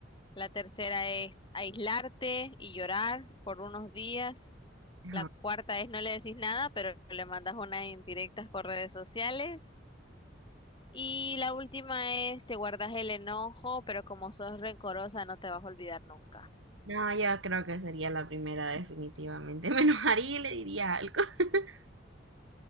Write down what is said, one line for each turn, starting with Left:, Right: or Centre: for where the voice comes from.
Left: La tercera es aislarte y llorar por unos días.
Right: ajá.
Left: La cuarta es no le decís nada, pero le mandas unas indirectas por redes sociales. Y la última es te guardas el enojo, pero como sos rencorosa no te vas a olvidar nunca.
Right: No, yo creo que sería la primera definitivamente. <laughs> Me enojaría y le diría algo. <laughs>